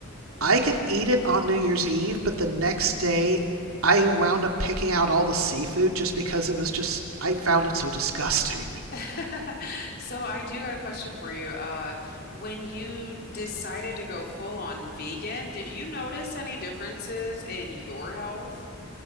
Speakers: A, on the left; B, on the right.
A: Yeah.
B: I could eat it on New Year's Eve, but the next day I wound up picking out all the seafood just because it was just, I found it so disgusting.
A: <laughs> So I do got a question for you. Uh, when you decided to go full on vegan, did you notice any differences in your health?